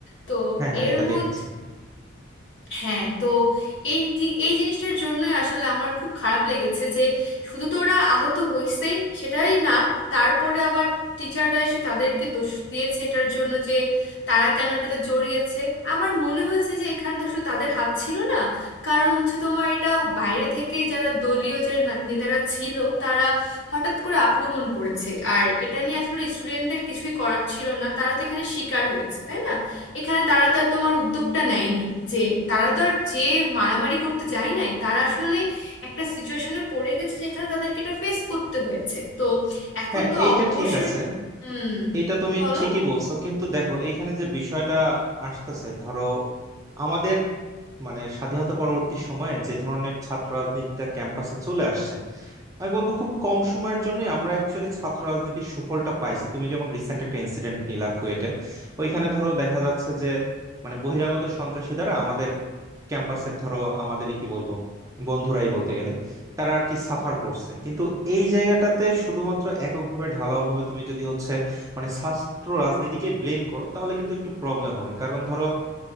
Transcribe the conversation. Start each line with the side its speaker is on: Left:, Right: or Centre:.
Left: তো
Right: হ্যাঁ হ্যাঁ
Left: এর
Right: এটা
Left: মধ্যে
Right: দেখেছি
Left: হ্যাঁ তো এই দি- এই জিনিসটার জন্যই আসলে আমার খুব খারাপ লেগেছে যে শুধু তো ওরা আহত হয়েছেই সেটাই না তারপরে আবার টিচাররা এসে তাদেরকে দোষ দিয়েছে এটার জন্য যে তারা কেন এটাতে জড়িয়েছে আমার মনে হয়েছে যে এখানে তো আসলে তাদের হাত ছিল না কারণ হচ্ছে তোমার এটা বাইরে থেকে যারা দলীয় যারা না- নেতারা ছিল তারা হঠাৎ করে আক্রমণ করেছে আর এটা নিয়ে আসলে স্টুডেন্টদের কিছুই করার ছিল না তারা তো এখানে শিকার হয়েছে তাই না এখানে তারা তো আর তোমার উদ্যোগটা নেয়নি যে তারা তো আর যে মারামারি করতে যায় নাই তারা আসলে একটা সিচুয়েশনে পড়ে গেছে যেখানে তাদেরকে এটা ফেস করতে হয়েছে তো এখন
Right: হ্যাঁ
Left: তো
Right: এইটা
Left: অব- অবশ্যই
Right: ঠিক আছে
Left: হুম
Right: এটা তুমি
Left: বলো
Right: ঠিকই বলছো কিন্তু দেখো এইখানে যে বিষয়টা আসতেছে ধরো আমাদের মানে স্বাধীনতা পরবর্তী সময়ে যে ধরনের ছাত্র রাজনীতিটা ক্যাম্পাসে চলে আসছে আমি বলবো খুব কম সময়ের জন্যই আমরা অ্যাকচুয়ালি ছাত্র রাজনীতির সুফলটা পাইছি তুমি যেমন রিসেন্ট একটা ইনসিডেন্ট নিলা কুয়েটে ওইখানে ধরো দেখা যাচ্ছে যে মানে বহিরাগত সন্ত্রাসী দ্বারা আমাদের ক্যাম্পাসের ধরো আমাদেরই কি বলবো বন্ধুরাই বলতে গেলে তারা আর কি সাফার করছে কিন্তু এই জায়গাটাতে শুধুমাত্র এককভাবে ঢালাও ভাবে তুমি যদি হচ্ছে মানে শাস্ত্র রাজনীতিকে ব্লেম করো তাহলে কিন্তু একটু প্রবলেম হবে কারণ ধরো